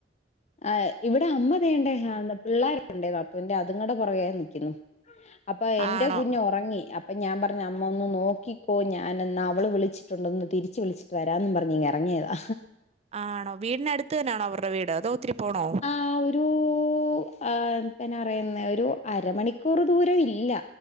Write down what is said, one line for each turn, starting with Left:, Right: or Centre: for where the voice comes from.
Left: ആഹ് ഇവിടെ അമ്മ തേണ്ടേ ഹാന്ന് പിള്ളേരൊക്കണ്ടേ നാത്തൂന്റെ അതുങ്ങടെ പുറകേ നിയ്ക്കുന്നു. അപ്പൊ എന്റെ
Right: ആണോ
Left: കുഞ്ഞൊറങ്ങി. അപ് പ്പം ഞാൻ പറഞ്ഞ് അമ്മൊന്ന് നോക്കിക്കോ ഞാനെന്നാ അവള് വിളിച്ചിട്ടുണ്ടൊന്ന് തിരിച്ച് വിളിച്ച് ട്ട്‌ വരാന്നും പറഞ്ഞിങ്ങെറങ്ങിയതാ
Right: ആണോ വീടിനടുത്ത് തന്നാണോ അവർടെ വീട് അതോ ഒത്തിരി പോണോ?
Left: ആഹ് ഒരൂ ആഹ് <unintelligible> ഒരു അരമണിക്കൂർ ദൂരം ഇല്ല